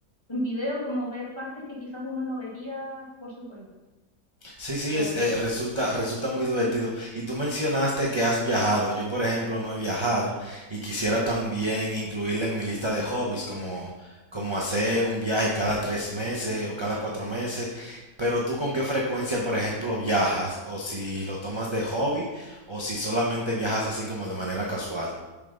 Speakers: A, on the left (about 15°); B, on the right (about 20°).
A: en video, como ver partes que quizás uno no vería por su cuenta.
B: Sí, sí,
A: Está
B: es,
A: bueno.
B: eh, resulta, resulta muy divertido. Y tú mencionaste que has viajado. Yo, por ejemplo, no he viajado y quisiera también incluirle en mi lista de hobbies, como, como hacer un viaje cada tres meses o cada cuatro meses. Pero tú con qué frecuencia, por ejemplo, viajas, o si lo tomas de hobby, o si solamente viajas así como de manera casual.